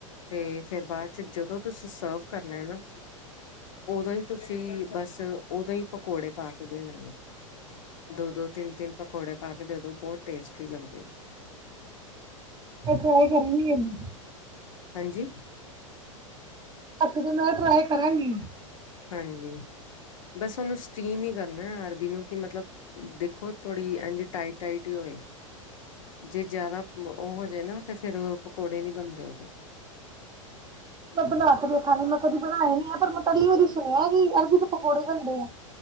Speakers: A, on the left (about 70°); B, on the right (about 25°).
A: ਤੇ ਫੇਰ ਬਾਅਦ ਚ ਜਦੋਂ ਤੁਸੀਂ ਸਰਵ ਕਰਨਾ ਨਾ। ਉਦੋਂ ਹੀ ਤੁਸੀਂ ਬਸ ਉਦੋਂ ਹੀ ਪਕੌੜੇ ਪਾ ਕੇ ਦੇਣੇ ਨੇ। ਦੋ-ਦੋ ਤਿੰਨ-ਤਿੰਨ ਪਕੌੜੇ ਖਾ ਕੇ ਤੇ ਉਦੋਂ ਬਹੁਤ ਟੇਸਟੀ ਲਗਦੇ।
B: ਮੇੈਂ ਟਰਾਏ ਕਰਨੀ ਹੈਗੀ।
A: ਹਾਂਜੀ।
B: ਅੱਛਾ, ਜੇ ਮੈਂ ਟਰਾਈ ਕਰਾਂਗੀ।
A: ਹਾਂਜੀ, ਬਸ ਉਹਨੂੰ ਸਟੀਮ ਹੀ ਕਰਨਾ ਅਰਬੀ ਨੂੰ ਕਿ ਮਤਲਬ ਦੇਖੋ ਥੋੜ੍ਹੀ ਇੰਝ ਟਾਈਟ ਟਾਈਟ ਹੀ ਹੋਏ। ਜੇ ਜ਼ਿਆਦਾ ਉਹ ਹੋਜੇ ਨਾ ਤੇ ਫਿਰ ਪਕੌੜੇ ਨੀ ਬਣਦੇ ਉਹਦੇ।
B: ਮੈਂ ਬਣਾ ਕੇ ਦੇਖਾਂਗੀ ਮੈਂ ਕਦੀ ਬਣਾਏ ਨੀ ਹੈ ਪਰ ਮੈਂ ਪਹਿਲੀ ਵਾਰੀ ਸੁਣਿਆ ਕਿ ਅਰਬੀ ਦੇ ਪਕੌੜੇ ਬਣਦੇ ਆ।